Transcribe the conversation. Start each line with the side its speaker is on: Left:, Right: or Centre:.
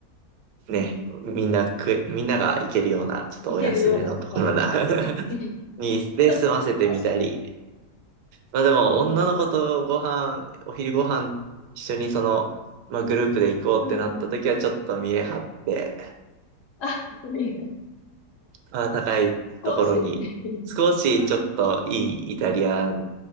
Right: ね、みんな食え、みんなが行けるような、ちょっとお安めのところだ。
Left: 行けるようなところに。
Right: <laughs> に、で、済ませてみたり。
Left: <laughs> 確かに。
Right: まあでも、
Left: ああ
Right: 女の子とご飯、お昼ご飯、一緒にその、まあグループで行こうってなった時は、
Left: うんうん。
Right: ちょっと見え張って、
Left: あ、見える。
Right: まあ、高いところに、
Left: 少し。
Right: 少しちょっといいイタリアン
Left: あー、